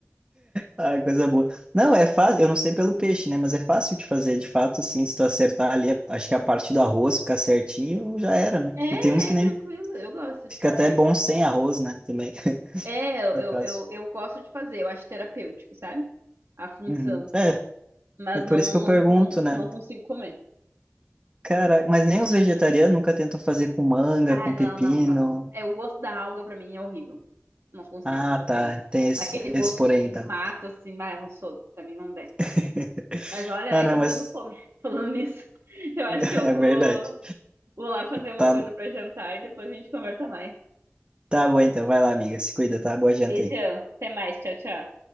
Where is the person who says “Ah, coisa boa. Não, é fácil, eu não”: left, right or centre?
Right